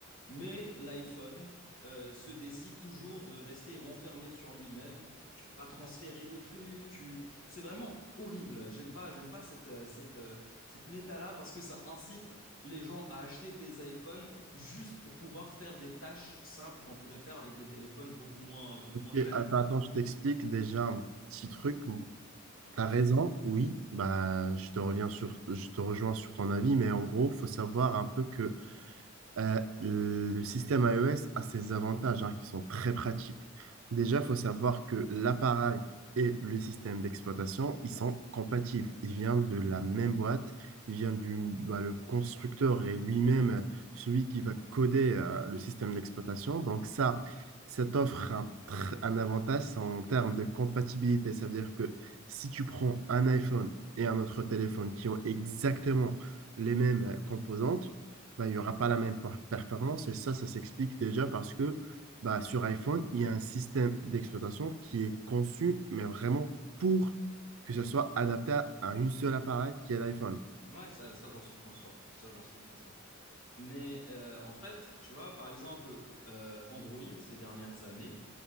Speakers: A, on the left (about 80°); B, on the right (about 80°).
A: Mais l'iPhone euh, se décide toujours de rester renfermé sur lui-même. Tu peux pas transférer de trucs. Tu... C'est vraiment horrible. J'aime pas, j'aime pas cette, euh, cette, euh, cette méta-là parce que ça incite les gens à acheter des iPhones juste pour pouvoir faire des tâches simples qu'on pourrait faire avec des téléphones beaucoup moins, beaucoup
B: Ok,
A: moins chers,
B: attends,
A: tu vois.
B: attends, je t'explique déjà un petit truc où
A: Mhm,
B: t'as raison, oui, bah je te reviens sur, je te rejoins sur ton avis, mais en gros, faut savoir un peu que Euh, le système iOS a ses avantages hein, qui sont très pratiques. Déjà, il faut savoir que l'appareil et le système d'exploitation, ils sont compatibles. Ils viennent de la même boîte. Ils viennent du bah, le constructeur et lui-même euh, celui qui va coder euh, le système d'exploitation. Donc ça,
A: mhm.
B: ça t'offre un, tr- un avantage c'est en termes de compatibilité. Ça veut dire que si tu prends un iPhone et un autre téléphone qui ont exactement les mêmes euh, composantes, bah, il n'y aura pas la même per- performance. Et ça, ça s'explique déjà parce que bah, sur iPhone, il y a un système d'exploitation qui est conçu, mais vraiment pour que ce soit adapté à, à une seule appareil qui est l'iPhone.
A: Ouais, ça, ça j'en suis conscient. Ça, j'en suis conscient. Mais euh, en fait, tu vois, par exemple, euh, Android, ces dernières années,